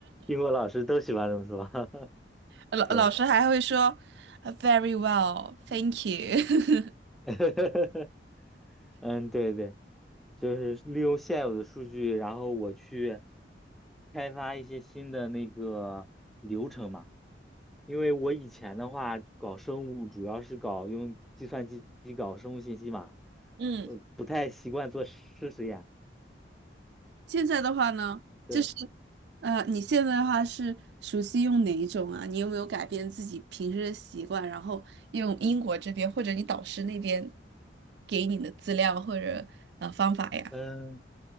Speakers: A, in the centre; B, on the right (about 65°).
A: 英国老师都喜欢这么说，<laughs>
B: 老老师还会说
A: 对，
B: u v e r y well, thank you
A: <laughs> 嗯，对对，就是利用现有的数据，然后我去开发一些新的那个流程嘛，因为我以前的话搞生物主要是搞用计算机搞生物信息嘛，
B: <laughs> 嗯。
A: 呃，不太习惯做事实验，
B: 现在的话呢，
A: 对，
B: 就是，呃，你现在的话是熟悉用哪一种啊？你有没有改变自己平时的习惯，然后用英国这边或者你导师那边给你的资料或者呃方法呀？
A: 嗯。